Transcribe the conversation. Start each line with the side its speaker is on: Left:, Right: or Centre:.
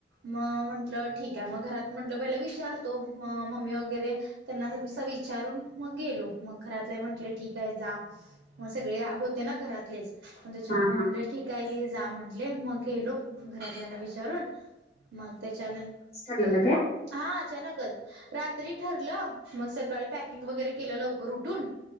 Right: मंग म्हंटलं ठीक आहे मंग घरांत म्हंटलं पहिला विचारतो मंग मम्मी वगैरें त्यांनां जसं विचारूंन मंग गेलो मंग घरांतले म्हटले ठीक आहे जां मंग सगळें होते नां घरांतलेच मंग त्यांच्या
Left: हा
Right: मुळे
Left: हा
Right: म्हटले ठीक आहे घे जां म्हंटले मंग गेलो घरांतल्यांना विचारूंन मंग त्यांच्यानंतर
Left: ठरलेल कायं
Right: हा अचानकच रात्री ठरलं मग सकाळी पॅकिंग वगैरे केलं लवकर उठून